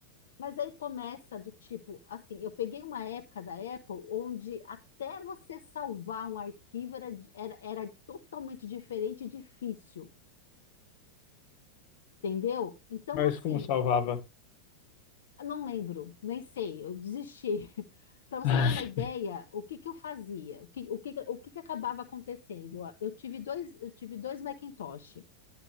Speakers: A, on the left; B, on the left.
A: Mas aí começa do tipo, assim, eu peguei uma época da Apple onde até você salvar um arquivo era, era, era totalmente diferente e difícil, entendeu? Então,
B: Mas
A: assim,
B: como salvava?
A: eu não lembro, nem sei, eu desisti. <laughs> Para você
B: <laughs>
A: ter uma ideia, o que que eu fazia? O que, o que, o que que acabava acontecendo? Eu tive dois, eu tive dois Macintosh.